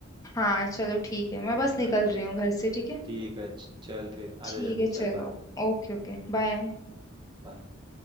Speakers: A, on the left; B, on the right.
A: हाँ चलो ठीक है मैं बस
B: है
A: निकल
B: ना
A: रही हूँ घर से ठीक है
B: ठीक है च- चल फिर आ
A: ठीक
B: जा जल्दी
A: है
B: चल
A: चलो
B: बाय
A: Okay okay bye
B: बाय